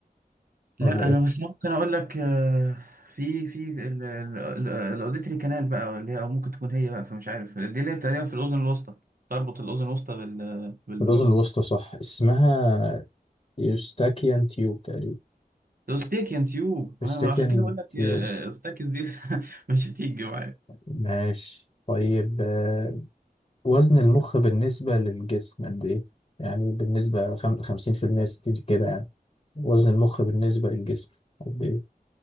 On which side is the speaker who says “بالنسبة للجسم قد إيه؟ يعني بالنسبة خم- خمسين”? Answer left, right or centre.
Left